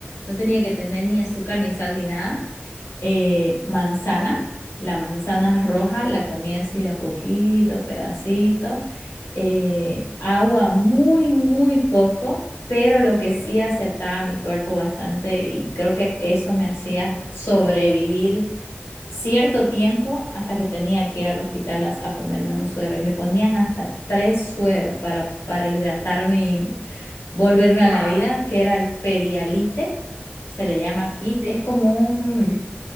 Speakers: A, on the left; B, on the right.
A: No tenía que tener ni azúcar, ni sal, ni nada. Eh, manzana, la manzana roja, la comí así de a poquito, pedacito. Eh, agua muy, muy poco, pero
B: ok.
A: lo que sí aceptaba mi cuerpo bastante y creo que eso me hacía sobrevivir cierto tiempo hasta que tenía que ir al hospital a, a ponerme un suero y me ponían hasta tres sueros para, para hidratarme y volverme
B: Claro,
A: a la vida, que era el pedialite, se le llama aquí,
B: sí,
A: es como un,
B: sí.